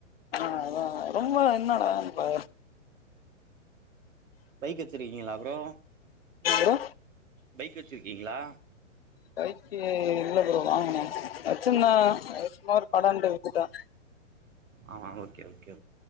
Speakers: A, on the left; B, on the right.
A: ஆ அதா ரொம்ப என்னடா பா
B: பைக் வச்சிருக்கீங்களா ப்ரோ
A: ப்ரோ
B: பைக் வச்சுருக்கீங்களா
A: பைக்கு இல்ல ப்ரோ வாங்கனும் வச்சிருந்தேன் சுமார் கடண்டு வித்துட்டேன்
B: ஆ ஓகே ஓகே